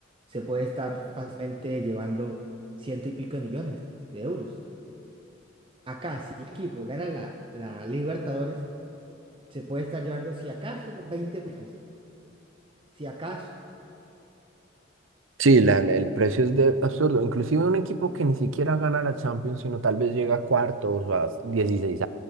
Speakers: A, on the right (about 25°); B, on the right (about 80°).
A: se puede estar fácilmente llevando ciento y pico de millones de euros. Acá, si un equipo gana la, la Libertadores, se puede estar llevando, si acaso, pues, 20 millones. Si acaso,
B: Sí, la- la- el precio es de absurdo. Inclusive un equipo que ni siquiera gana la Champions, sino tal vez llega a cuartos o a 16